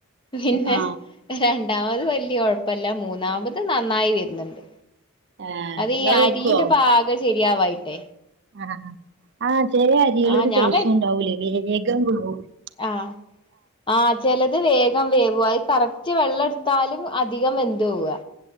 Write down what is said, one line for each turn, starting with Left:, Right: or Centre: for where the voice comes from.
Left: പിന്നെ
Right: ആ
Left: രണ്ടാമത് വലിയ കുഴപ്പല്ല മൂന്നാമത് ത് നന്നായി വരുന്നുണ്ട്
Right: ഏഹ്
Left: അത്
Right: ഇങ്ങള്
Left: ഈ അരിന്റെ
Right: വെക്കുവോ?
Left: പാക ശരിയാവായിട്ടെ
Right: ആഹ് ആ ചെല അരികളോരു
Left: ആഹ് ഞാൻ
Right: പോസും
Left: വെ
Right: ഉണ്ടാവൂലേ വേഗം <unintelligible>
Left: ആഹ് ആഹ് ചിലത് വേഗം വേവും അത് കറക് റ്റ് വെള്ളം എടുത്താലും അധികം വെന്ത് പോവാ